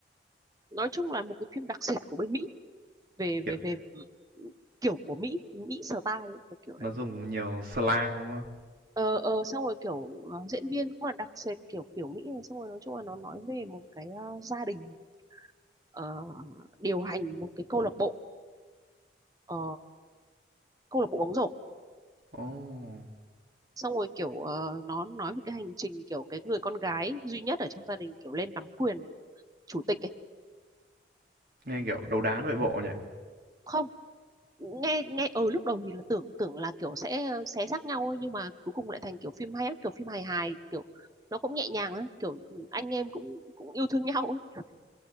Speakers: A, on the right; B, on the right.
A: nói chung là một cái phim đặc sệt của bên Mỹ về
B: Kiểu
A: về về kiểu của Mỹ Mỹ style ấy, cái kiểu
B: nó
A: đấy
B: dùng nhiều slang đúng
A: ờ, ờ, xong rồi kiểu ờ, diễn viên cũng là đặc sệt kiểu kiểu Mỹ này xong rồi nói chung là nó nói về một cái ờ, gia đình ờ, điều hành một cái câu lạc bộ ờ, câu lạc bộ bóng rổ
B: không? Oh.
A: xong rồi kiểu ờ, nó nói về cái hành trình kiểu cái người con gái duy nhất ở trong gia đình kiểu lên nắm quyền chủ tịch ấy
B: nghe kiểu đấu đá nội bộ nhỉ.
A: không nghe nghe ừ lúc đầu thì là tưởng tưởng là kiểu sẽ xé xác nhau ấy, nhưng mà cuối cùng lại thành kiểu phim hay lắm kiểu phim hài hài kiểu nó cũng nhẹ nhàng ấy, kiểu anh em cũng cũng yêu thương <laughs> nhau ấy. Kiểu